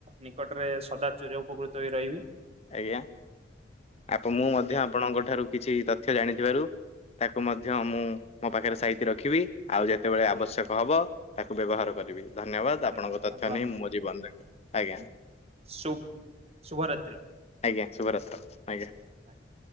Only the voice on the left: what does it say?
ଆଜ୍ଞା, ଆପ ମୁଁ ମଧ୍ୟ
ଆପଣଙ୍କ ଠାରୁ କିଛି ତଥ୍ୟ ଜାଣିଥିବାରୁ ତାକୁ ମଧ୍ୟ ମୁଁ ମୋ ପାଖରେ ସାଇତି ରଖିବି ଆଉ ଯେତେବେଳେ ଆବଶ୍ୟକ
ହବ ତାକୁ ବ୍ୟବହାର କରିବି। ଧନ୍ୟବାଦ ଆପଣଙ୍କ
ତଥ୍ୟ ନେଇ ମୁଁ ମୋ ଜୀବନରେ ଆଜ୍ଞା।
ଆଜ୍ଞା ଶୁଭରାତ୍ର।
ଆଜ୍ଞା